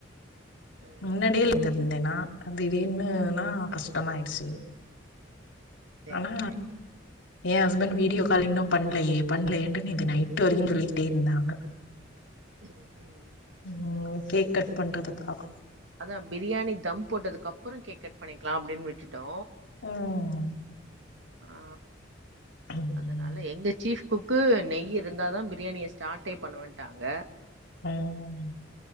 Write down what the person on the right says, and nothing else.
ம்
ம் சேரி
சேரி
ம் ம்
அதான் பிரியாணி தம் போட்டதுக்கு அப்புறம் கேக் கட் பண்ணிக்கலாம் அப்படின்னு விட்டுட் டோ
ஆ
அதனால எங்க சீப் கு க்கு நெய் இருந்தா தா பிரியாணிய ஸ்டார்ட்டே பண்ணுவட்டாங்க